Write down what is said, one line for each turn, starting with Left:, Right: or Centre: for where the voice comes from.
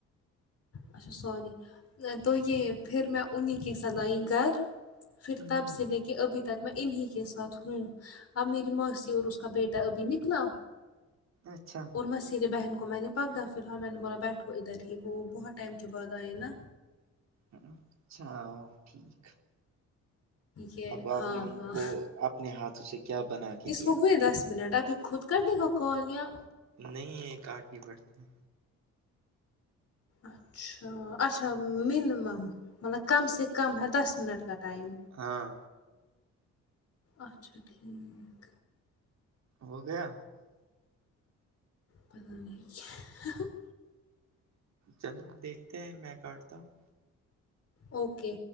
Left: اچھا سوری تو یہ پھر میں انہیں کی س لائی گھر پھر
Right: ہ
Left: تب سے لے کے ابھی تک میں انہیں کے ساتھ ہوں اب میری ماسی اور اس کا بیٹا ابھی نکلا
Right: اچھا
Left: اور موسیری بہن کو میں نے پکدا فیر ہاں میں نے بولا بیٹھو ادھر ہی وہ بہت ٹائم کے بعد آئے نا
Right: اچھا ٹھیک
Left: یہ
Right: اب آپ
Left: ہاں
Right: نے ان
Left: ہاں
Right: کو اپنے ہاتھوں سے کیا بنا کے
Left: اس
Right: دیا
Left: کو ہوئے دس منٹ ابھی خود کردی وہ کال یاں
Right: نہیں یہ کاٹنی پڑتی ہے
Left: اچھا اچھا منیمم مطلب کم سے کم ہے دس منٹ کا ٹائم
Right: ہاں
Left: اچھا ٹھیک
Right: ہو گیا
Left: پت نہیں ہے <unintelligible>
Right: چلو نا دیکھتے ہیں میں کاٹتا ہوں
Left: اوکے